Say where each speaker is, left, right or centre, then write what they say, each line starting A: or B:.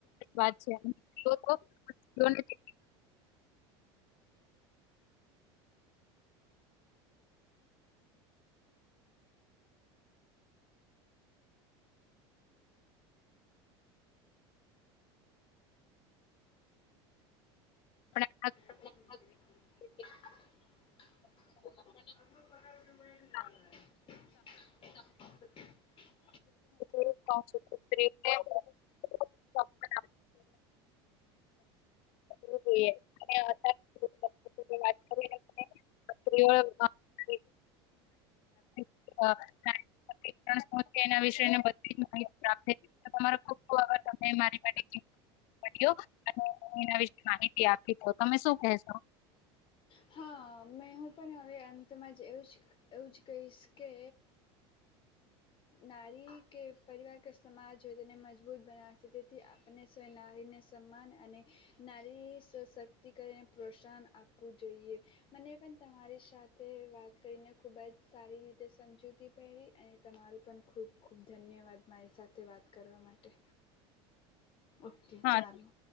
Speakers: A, on the left; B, on the left.
A: વાત છે પણ
B: ના. જ.
A: જોઈએ અને અત્યારે
B: <inaudible>
A: સુથ. <inaudible> વાત કરીને <inaudible> હ થ <inaudible> હ એના વિશેને બધી માહિતી પ્રાપ્ થ તમા ખુબ ખબ ત મારી્યો અને એ વિ માહિતી આપી તો તમે શું કહેશો.
B: હા મેં હું પણ હવે અંતમાં જ એવું જ એવું જ કહીશ કે નારી કે પરિવાર કે સમાજ હોય તેને મજબૂત બનાવે છે તેથી આપણને સ નારીને સન્માન અને નારી સશક્તિકને પ્રોત્સાહન આપવું જોઈએ મને. પણ તમારી સાથે વાત કરીને ખૂબ જ સારી રીતે સમજૂતી પહેરી અને તમારું પણ ખૂબ ખૂબ ધન્યવાદ મારી સાથે વાત કરવા માટે. ઓકે
A: હા
B: ચાલો.